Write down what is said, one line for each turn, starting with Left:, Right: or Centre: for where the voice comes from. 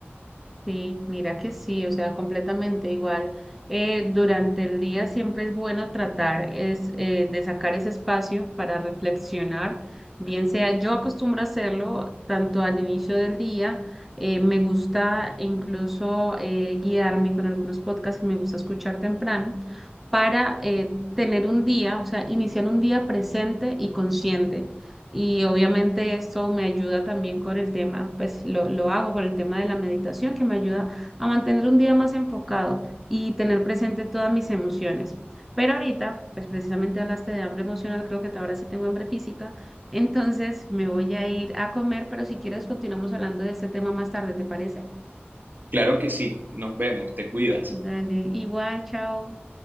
Centre: Sí, mira que sí, o sea, completamente igual. Eh, durante el día siempre es bueno tratar es, eh, de sacar ese espacio para reflexionar, bien sea yo acostumbro a hacerlo tanto al inicio del día, eh, me gusta incluso eh, guiarme con algunos podcasts que me gusta escuchar temprano para eh, tener un día, o sea, iniciar un día presente y consciente. Y obviamente eso me ayuda también con el tema, pues lo, lo hago con el tema de la meditación, que me ayuda a mantener un día más enfocado y tener presente todas mis emociones. Pero ahorita, pues precisamente hablaste de hambre emocional, creo que ahora sí tengo hambre física, entonces me voy a ir a comer, pero si quieres continuamos hablando de este tema más tarde, ¿te parece?
Right: Claro que sí, nos vemos, te cuidas.
Centre: Dale, igual, chao.